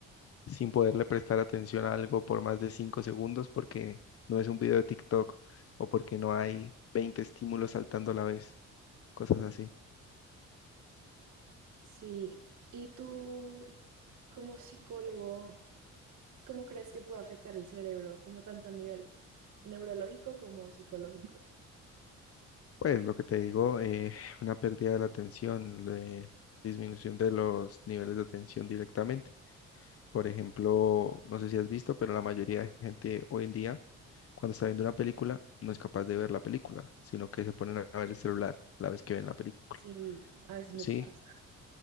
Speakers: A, on the left; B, on the right.
A: sin poderle prestar atención a algo por más de cinco segundos porque no es un video de TikTok o porque no hay 20 estímulos saltando a la vez, cosas así.
B: Sí. ¿Y tú, como psicólogo, cómo crees que puede afectar el cerebro, como tanto a nivel neurológico como psicológico?
A: Pues lo que te digo, eh, <laughs> una pérdida de la atención, le- disminución de los niveles de atención directamente. Por ejemplo, no sé si has visto, pero la mayoría de gente hoy en día, cuando está viendo una película, no es capaz de ver la película, sino que se ponen a ver el celular la vez que ven la película.
B: Sí, a veces me
A: Sí,
B: pasa.